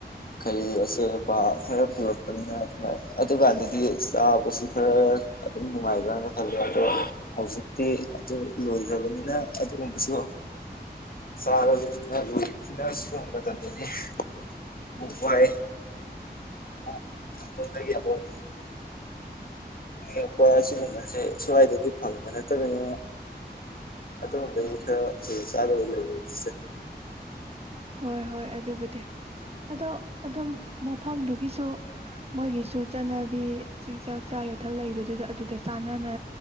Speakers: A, on the left; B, on the right.
A: ꯀꯔꯤ ꯑꯆꯣꯏ ꯑꯄꯥ ꯈꯔ ꯄꯨꯔꯛꯄꯅꯤꯅ ꯑ ꯑꯗꯨꯀꯥꯟꯗꯗꯤ ꯆꯥꯕꯁꯤ ꯈꯔ ꯑꯗꯨꯝ ꯅꯨꯡꯉꯥꯏꯕ꯭ꯔꯅ ꯈꯜꯂꯦ ꯑꯗꯣ ꯍꯧꯖꯤꯛꯇꯤ ꯑꯗꯨ ꯂꯣꯏꯈ꯭ꯔꯕꯅꯤꯅ ꯑꯗꯨꯒꯨꯝꯕꯁꯨ ꯆꯥꯕꯅ ꯂꯣꯏ ꯁꯤꯟꯅ ꯁꯤꯟꯅꯕ ꯃꯇꯝꯗꯗꯤ ꯑꯃꯨꯛ ꯋꯥꯏ꯫ ꯑ ꯁꯣꯝꯗꯒꯤ ꯑꯃꯨꯛ ꯌꯦꯄ ꯑꯁꯤꯒꯨꯝꯕꯁꯦ ꯁ꯭ꯋꯥꯏꯗꯗꯤ ꯐꯪꯕ ꯅꯠꯇꯕꯅ ꯑꯗꯨꯝꯕꯩꯗ ꯁꯤ ꯆꯥꯗꯕ ꯂꯩꯁꯦ
B: ꯍꯣꯏ ꯍꯣꯏ ꯑꯗꯨꯕꯨꯗꯤ ꯑꯗꯣ ꯑꯗꯨꯝ ꯃꯐꯝꯗꯨꯒꯤꯁꯨ ꯃꯣꯏꯒꯤꯁꯨ ꯆꯠꯅꯕꯤ ꯆꯤ ꯆꯥꯛ ꯆꯥ ꯌꯨꯊꯛ ꯂꯩꯕꯗꯨꯗ ꯑꯗꯨꯗ ꯆꯥꯟꯅꯅ